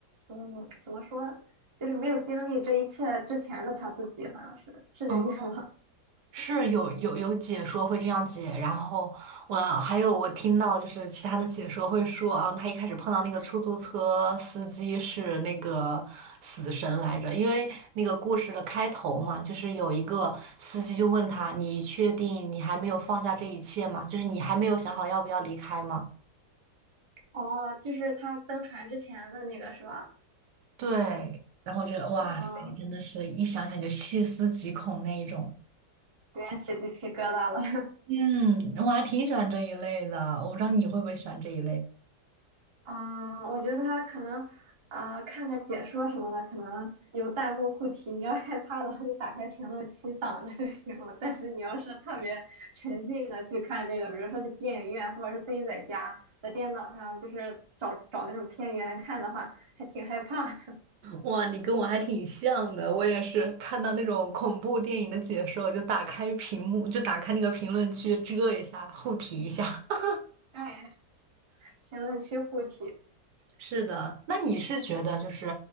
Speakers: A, on the right; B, on the right.
A: 嗯，怎么说，就是没有经历这一切之前的他自己，好像是是这意思吧？
B: 嗯是有有有解说会这样解，然后我还有我听到就是其他的解说会说啊，他一开始碰到那个出租车司机是那个死神来着，因为那个故事的开头嘛，就是有一个司机就问他，你确定你还没有放下这一切吗？就是你还没有想好要不要离开吗？
A: <laughs> 哦，就是他登船之前的那个是吧？
B: 对，然后我觉得哇塞，
A: 啊，
B: 真的是一想想就细思极恐那一种。
A: 有点起鸡皮疙瘩了。
B: 嗯，我还挺喜欢这一类的，我不知道你会不会喜欢这一类。
A: 啊，我觉得他可能啊，看个解说什么的，可能有弹幕护体。你要害怕的话，就打开评论区挡着就行了。但是你要是特别沉浸的去看这个，比如说去电影院，或者是自己在家在电脑上，就是找找那种片源看的话，还挺害怕的。
B: 哇，你跟我还挺像的，我也是看到那种恐怖电影的解说，就打开屏幕，就打开那个评论区遮一下，护体一下。<laughs>
A: <laughs> 哎，评论区护体。
B: 是的，那你是觉得就是，